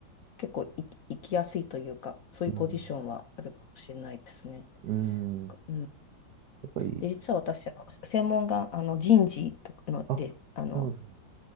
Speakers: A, on the left; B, on the right.
A: 結構い行きやすいというか、そういうポジションはあるかもしれないですね。
B: うん、うん。や
A: うん、
B: っぱり、
A: で、実は私、あの専門があの人事とかので、
B: あ、
A: あの、
B: なるほど。